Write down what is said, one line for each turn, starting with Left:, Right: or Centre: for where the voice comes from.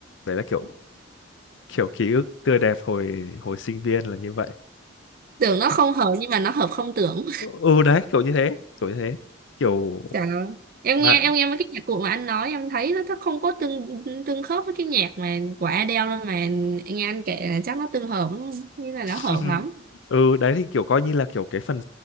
Left: đấy là kiểu kiểu ký ức tươi đẹp hồi hồi sinh viên là như vậy
Right: tưởng nó không hợp nhưng mà nó hợp không tưởng.
Left: ừ ừ, đấy kiểu như thế kiểu như thế kiểu
Right: Trời ơi. Em
Left: bạn
Right: nghe em nghe mấy cái nhạc cụ mà anh nói em thấy nó, nó không có tương tương khớp với cái nhạc mà của Adele luôn mà nghe anh kể là chắc nó tương hợp lắm. như là nó hợp
Left: <laughs>
Right: lắm
Left: ừ đấy thì kiểu coi như là kiểu cái phần